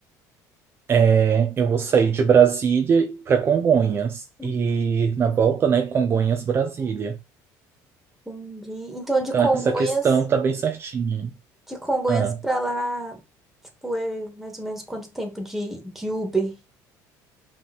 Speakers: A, on the right (about 30°); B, in the centre.
A: É, eu vou sair de Brasília para Congonhas
B: <laughs>
A: e na volta, né, Congonhas, Brasília.
B: Entendi. Então, de
A: Então,
B: Congonhas,
A: essa questão tá bem certinha.
B: de Congonhas
A: Ah.
B: pra lá, tipo, é mais ou menos quanto tempo de, de Uber?